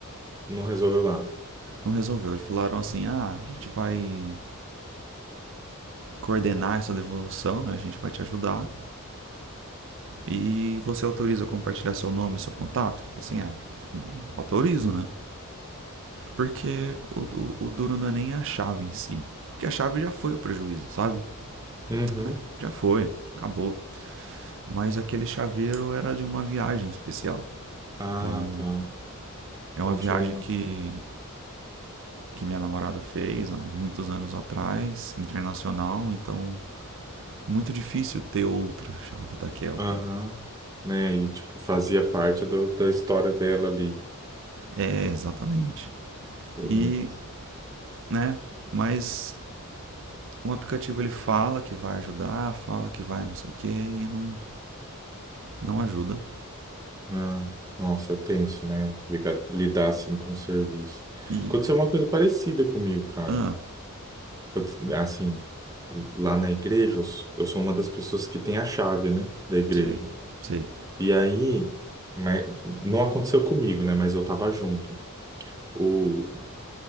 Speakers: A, on the right (about 15°); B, on the right (about 60°).
A: Não resolveu nada.
B: não resolveu. Eles falaram assim: ah, a gente vai coordenar essa devolução, né? A gente vai te ajudar. E você autoriza compartilhar seu nome, e seu contato? assim, ah, autorizo, né? Porque o, o, o duro não é nem a chave em si. Porque a chave já foi o prejuízo, sabe?
A: Uhum.
B: Ah, já foi, acabou. Mas aquele chaveiro era de uma viagem especial.
A: Ah,
B: Então,
A: tá.
B: é
A: Então
B: uma viagem
A: tinha um.
B: que, que minha namorada fez há muitos anos atrás, internacional. Então, muito difícil ter outra chave daquela.
A: Aham, né? E tipo, fazia parte do- da história dela ali.
B: É, exatamente.
A: Hum,
B: E, né? Mas um aplicativo ele fala que vai ajudar, fala que vai não sei o que e não, não ajuda.
A: Ah, nossa, é tenso, né? Liga- Lidar assim com o serviço.
B: E,
A: Aconteceu uma coisa parecida comigo, cara.
B: ah,
A: Eu t- assim, lá na igreja, eu s- eu sou uma das pessoas que tem a chave, né? Da igreja.
B: sei, sei.
A: E aí, mas, não aconteceu comigo, né? Mas eu tava junto. O,